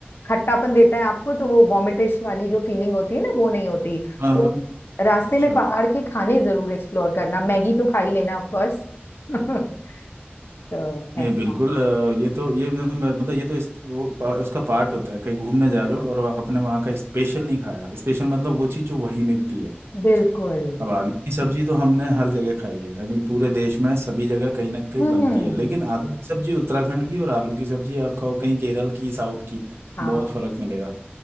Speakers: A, on the left; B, on the right.
A: खट्टापन देता है आपको तो वो वॉमिटिश वाली जो फीलिंग होती है ना वो नहीं होती
B: हाँ
A: तो
B: हाँ
A: रास्ते
B: अच्छा
A: में पहाड़ के खाने जरूर एक्सप्लोर करना मैगी तो खा ही लेना ऑफ कोर्स <laughs> तो
B: नहीं
A: ऐसा
B: बिल्कुल अ, ये तो ये म- म- मतलब ये तो इस वो पा, उसका पार्ट होता है कहीं घूमने जा रहे हो और वहाँ- आपने वहाँ का स्पेशल नहीं खाया स्पेशल मतलब वो चीज़ जो वहीं मिलती है
A: बिल्कुल
B: अब आलू की सब्जी तो हमने हर जगह खाई है आई मीन पूरे देश में सभी जगह कहीं ना कहीं
A: हम्म
B: बनती है लेकिन आलू की सब्जी उत्तराखंड की और आलू की सब्जी आप खाओ कहीं केरल की साउथ की
A: हाँ
B: बहुत फर्क मिलेगा